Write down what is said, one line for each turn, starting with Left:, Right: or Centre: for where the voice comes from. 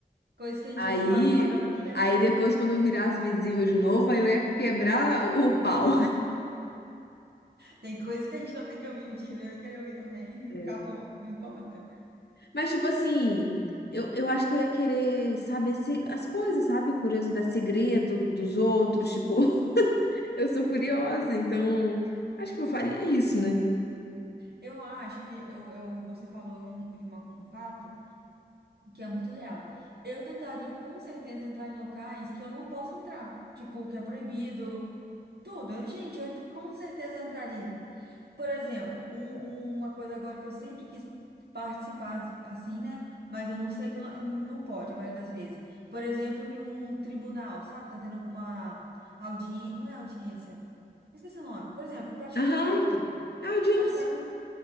Right: coisas que a gente
Left: Aí,
Right: já se fala em terapia,
Left: aí depois quando eu virasse visível de novo, aí eu ia quebrar o pau.
Right: tem coisas que a gente não tem que ouvir, mentira, eu queria ouvir também, não
Left: É.
Right: acabou, não importa.
Left: Mas, tipo assim, eu, eu acho que eu ia querer saber se, as coisas, sabe? Curiosidade, segredo dos outros. Tipo, <laughs> eu sou curiosa, então acho que eu faria isso, né?
Right: Eu acho que eu, eu, você falou de, um, de uma- um fato que é muito real. Eu tentaria com certeza entrar em locais que eu não posso entrar, tipo, que é proibido, tudo. Gente, eu com certeza entraria. Por exemplo, um- uma coisa agora que eu sempre quis participar, assim, né? Mas eu não sei que não, não pode, a maioria das vezes. Por exemplo, em um tribunal, sabe? Tá tendo alguma audiência, não é audiência? Esqueci o nome. Por exemplo, praticaram
Left: Aham,
Right: algum crime.
Left: a audiência.
Right: Praticaram